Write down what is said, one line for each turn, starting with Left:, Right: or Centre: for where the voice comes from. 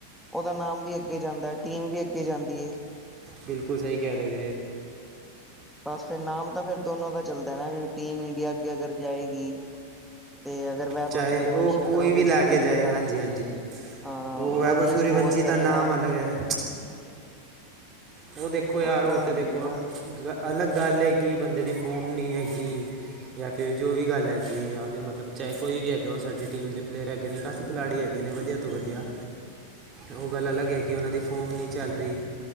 Centre: ਉਹਦਾ ਨਾਮ ਵੀ ਅੱਗੇ ਜਾਂਦਾ ਹੈ ਟੀਮ ਵੀ ਅੱਗੇ ਜਾਂਦੀ ਏ।
Right: ਬਿਲਕੁਲ ਸਹੀ ਕਹਿ ਰਹੇ ਹੋ ਵੀਰੇ
Centre: ਬਸ ਫਿਰ ਨਾਮ ਤਾਂ ਫਿਰ ਦੋਨੋ ਦਾ ਚੱਲਦਾ ਨਾ ਟੀਮ ਇੰਡੀਆ ਅੱਗੇ ਅਗਰ ਜਾਏਗੀ। ਤੇ ਅਗਰ ਵੈ ਬ
Right: ਚਾਹੇ
Centre: ਸੂਰਯਵੰਸ਼ੀ
Right: ਉਹ ਕੋਈ
Centre: ਅਗਰ ਉਹਦੇ
Right: ਵੀ ਲੈ
Centre: 'ਚ ਖੇਲੇੇਗਾ।
Right: ਕੇ ਜਾਏ ਹਾਂਜੀ ਹਾਂਜੀ
Centre: ਹਾਂ
Right: ਉਹ ਵੈਭਵ
Centre: ਵਧੀਆ
Right: ਸੂਰਯਵੰਸ਼ੀ
Centre: ਸਕੋਰ ਕਰੇਗਾ।
Right: ਦਾ ਨਾਮ ਅਲੱਗ ਹੈ ਉਹ ਦੇਖੋ ਯਾਰ
Centre: ਉਹੀ
Right: ਉਹ
Centre: ਗੱਲ
Right: ਤਾਂ
Centre: ਹੋ
Right: ਦੇਖੋ
Centre: ਜਾਏਗੀ ਨਾ
Right: ਅ ਅਲੱਗ ਗੱਲ ਹੈ ਕਿ ਬੰਦੇ ਦੀ ਫੋਮ ਨਹੀਂ ਹੈਗੀ। ਜਾਂ ਫਿਰ ਜੋ ਵੀ ਗੱਲ ਹੈਗੀ ਹੈ ਜਾਂ ਫਿਰ ਮਤਲਬ ਚਾਹੇ ਕੋਈ ਵੀ ਹੈਗਾ ਉਹ ਸਾਡੀ ਟੀਮ ਦੇ ਪਲੇਅਰ ਹੈਗੇ ਨੇ ਕਾਫ ਖਿਲਾੜੀ ਹੈਗੇ ਨੇ ਵਧੀਆ ਤੋਂ ਵਧੀਆ ਉਹ ਗੱਲ ਅਲੱਗ ਹੈ ਕਿ ਉਹਨਾਂ ਦੀ ਫੋਮ ਨਹੀਂ ਚੱਲ ਰਹੀ।